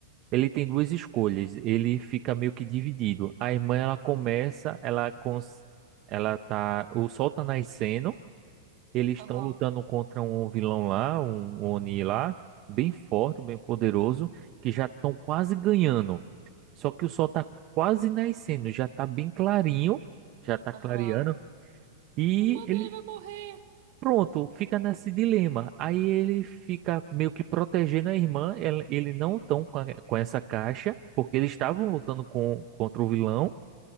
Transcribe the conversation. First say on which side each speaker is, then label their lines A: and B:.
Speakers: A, on the right; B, on the right.
A: ele tem duas escolhas, ele fica meio que dividido. A irmã ela começa, ela cons, ela tá, o Sol tá nascendo eles
B: aham,
A: estão lutando contra um vilão lá, um um Oni lá, bem forte, bem poderoso, que já estão quase ganhando. Só que o sol tá quase nascendo, já tá bem clarinho, já tá
B: aham.
A: clareando. E
B: A irmã
A: ele,
B: dele vai morrer.
A: pronto, fica nesse dilema. Aí ele fica meio que protegendo a irmã. Ele, ele não tão com, a- com essa caixa, porque eles estavam lutando com, contra o vilão.